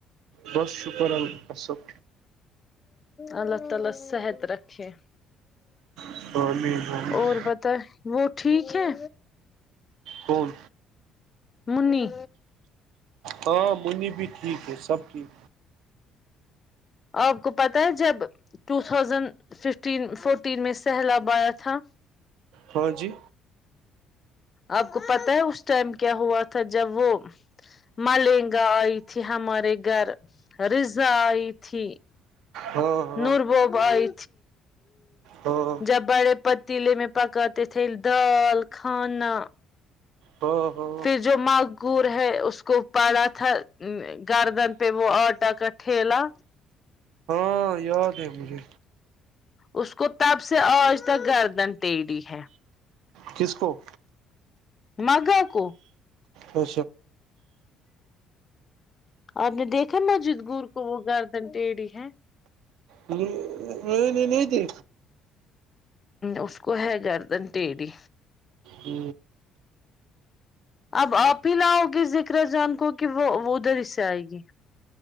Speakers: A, on the right; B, on the left.
A: بس شکر اللہ صب
B: اللہ تعالی صحت رکھے
A: ٹھیک. آمین آمین.
B: اور ب وہ ٹھیک ہے
A: کون
B: منی
A: ہاں منی بھی ٹھیک ہے سب ٹھیک
B: آپ کو پتہ ہے جب ٹو تھازینڈ ففٹین فورٹین میں سیلاب آیا تھا
A: ہاں جی
B: آپ کو پتا ہے اس ٹائم کیا ہوا تھا جب وہ ملنگا آئی تھی ہمارے گھر رزا آئی تھی
A: ہاں ہاں
B: نورب بئی
A: ہاں
B: جب بڑے پ تلے میں پکا ت تل دال کھانا
A: ہ ہ
B: پھر جو مگور ہے اس کو پڑا تھا گردن پ وہ آٹا کا ٹھیلہلا
A: ہاں یاد ہے مجھے
B: اس کو تب سے آج تک گردن تڑی ہے
A: کسکو
B: مگا کو
A: اھا
B: آپ نے دیکھا نا جد گور کو وہ گردن ٹیڑھی ہے
A: نہیں نہیں نہیںتی
B: اس کو ہے گردن ٹیڑی
A: ہ
B: اب آپ ہی لاؤ گے ذکر جان کو کہ وہ وہ ادھر اس سے آئے گی